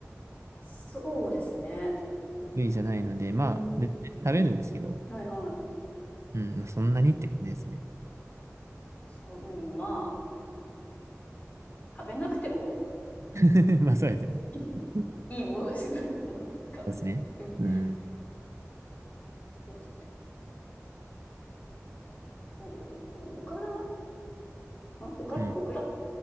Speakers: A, on the left (about 30°); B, on the right (about 60°).
A: そうですね。
B: 得意じゃないので、まあ、
A: うん。
B: で食べるんですけど、
A: はいはい。
B: うん、まあそんなにって感じですね。
A: そう、うん、まあ、食べなくても
B: <laughs> まあそうですね。
A: <laughs>
B: そう
A: いいものですね。<laughs> もう、か、別にうん。
B: ですね。うん、
A: そうですね。そう、でもおからんオクラオクラ
B: うん。